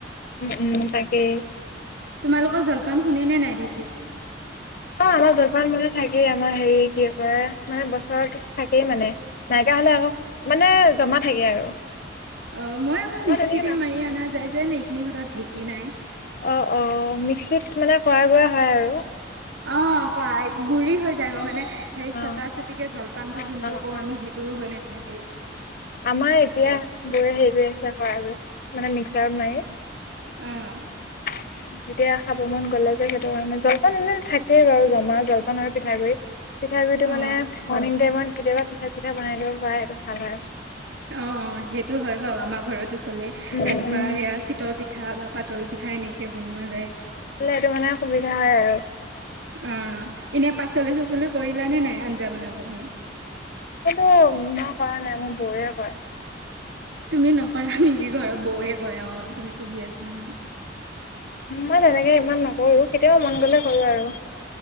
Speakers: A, on the left; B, on the right.
A: উম উম তাকে।
B: তোমালোকৰ জলপান খুন্দে নে নাই ঢেঁকী?
A: অ আমাৰ জলপান মানে থাকেই আমাৰ হেৰি কি কয় মানে বছৰটোত থাকেই মানে নাই তেতিয়া হলে আকৌ, মানে জমা থাকে আৰু
B: অ মই আকৌ মিক্সিতে
A: তেনেকে নাখাওঁ
B: মাৰি অনা যায় যে ন এইখিনি হতত ঢেঁকী নাই
A: অ অ মিক্সিত মানে কৰা গুৰা হয় আৰু।
B: অ কোৱা গুৰি হৈ যায় মানে। সেই
A: অ
B: ছটা চিটিকে জলপানটো
A: অ
B: যোনটো
A: অ
B: কৰো
A: অ
B: আমি সেইটোও হৈ নাথাকেই।
A: আমাৰ এতিয়া গৈ হেৰি গৈ আছে কৰা গৈ, মানে মিক্সাৰত মাৰি।
B: আহ
A: <inaudible> এতিয়া খাব মন গ'লে যে সেইটো কাৰণে জলপান এনে থাকেই বাৰু জমা জলপান আৰু পিঠাগুৰি। পিঠাগু়ৰিটো মানে
B: অ',
A: মৰ্ণিং টাইমত কেতিয়াবা পিঠা চিঠা বনাই দিব পাৰে সেইটো ভাল আৰু।
B: অ অ সেইটো হয় বাৰু আমাৰ ঘৰতো চলে,
A: উম
B: ৰাতিপুৱা
A: উম
B: সেয়া চিতৰ পিঠা বা পাতল পিঠা এনেকে বনোৱা যায়।
A: থাকে সেইটো মানে সুবিধা হয় আৰু।
B: অ এনে পাচলি চাচলি কৰিলানে নাই আঞ্জা বনাব কাৰণে?
A: মো ম মই কৰা নাই মোৰ বৌয়ে কৰে।
B: তুমি নকৰা নেকি ঘৰৰ বৌৱে কয়, অ তুমি পঢ়ি আছা ন
A: মই তেনেকে ইমান নকৰো কেতিয়াবা মন গলে কৰো আৰু